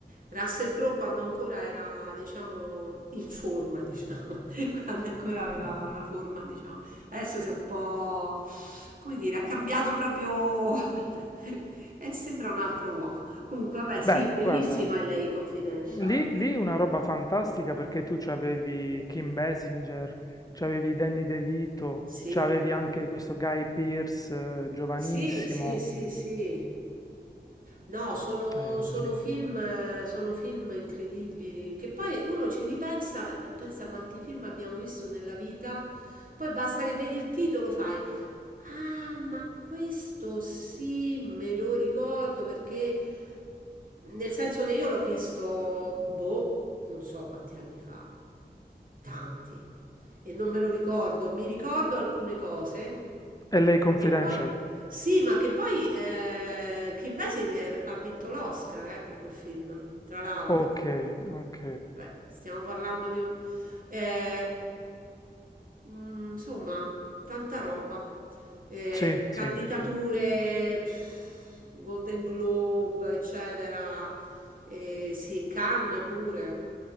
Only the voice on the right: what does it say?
Russell Crowe quando ancora era, diciamo, in forma, diciamo, <laughs> quando ancora aveva una forma, diciamo. Adesso si è un po', come dire, ha cambiato proprio... <laughs> e sembra un altro uomo. Comunque, vabbè, sì,
bellissimo
LA Confidential.
Sì,
Sì, sì, sì, sì. No, sono,
sono
Sì. film, eh, sono film incredibili, che poi uno ci ripensa, ma tu pensa quanti film abbiamo visto nella vita, poi basta che vedi il titolo, fai, Ah, ma questo sì, me lo ricordo perché nel senso che io l'ho visto, boh, non so quanti anni fa, tanti, e non me lo ricordo. Mi ricordo alcune cose
che poi, sì, ma che poi eh, Kim Basinger ha vinto l'Oscar eh, per quel film, tra l'altro.
Beh, stiamo parlando di un... eh, Mm, Insomma, tanta roba. Eh,
Mm. candidature,
pff, Golden Globe, eccetera. Eh, sì, Cannes pure.